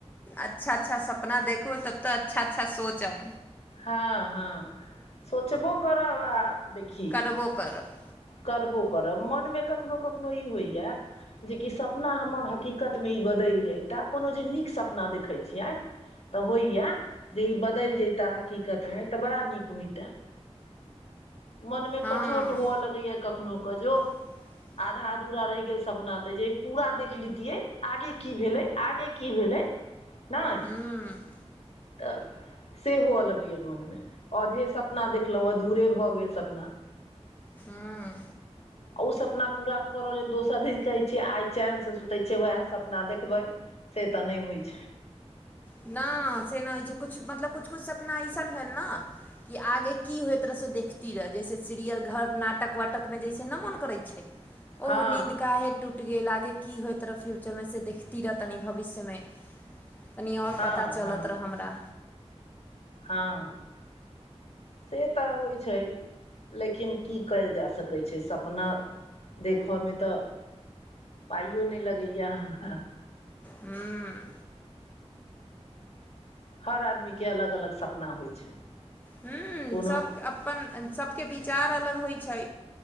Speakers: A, on the left (about 15°); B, on the left (about 65°).
A: अच्छा -अच्छा सपना देखू तब तऽ अच्छा- अच्छा सोचम
B: हँ हँ सोचबो करब आ देखि
A: करबो करब
B: करबो करब मनमे कखनो कखनो ई होइएा जे कि सपना हमर हकीक द्कत मे ई बदलि जता कोनो जे नीक सपना देखै छियै तऽ होइया जे ई बदल दैल जइता हकीकत में त बड़ा निक होयता मन में
A: हँ
B: कचोट हुअ लगैय कखनो क जो।
A: <unintelligible>
B: आधा धूरा रहि गेल सपना ते जे पूरा देख लेतियै आगे की भेलै आगे की भेलै नय
A: हूँ
B: त से हुअ लगैया मोन में अधे सपना देखलो अधूरे भऽ गेल सपना।
A: हँ
B: आ उ सपना पूरा कर लेल दोसर दिन कहै छियै आय चैन स सुतै छियै उएह सपना देखबै से तऽ नय होइ छै।
A: न से नय होइ छै किछु मतलब किछु किछु सपना अइसन भेल न की आगे की होइत रहे से देखती र जैसे सीरियल घर नाटक वाटक में जैसे न मन करेछै। <unintelligible> ओहो
B: हँ
A: नींन्द काहे टुट गेल आगे की होइत रहै फ्यूचरमे से देखती रह तनि भविष्यमे तनि और
B: हँ
A: पता चलत
B: हँ
A: र हमरा।
B: हँ से तऽ होइ छै लेकिन की कयल जा सकै छै सपना देख में तऽ पाइयो नै लगैया हमरा
A: हूँ
B: हर आदमी के अलग अलग सपना होइ छै
A: हूँ
B: कोनो
A: सब अपन सबके विचार अलग होइ छै